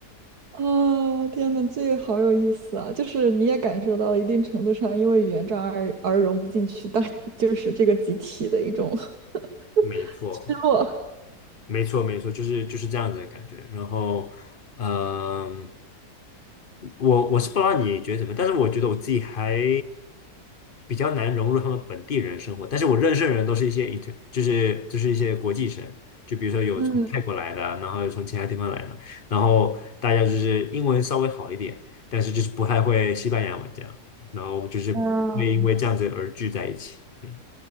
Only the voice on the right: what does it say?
啊，天呐，这个好有意思啊！就是你也感受到了一定程度上，因为语言障碍而融不进去但 <laughs> 就是这个集体的一种 <laughs>
失落。
嗯
啊，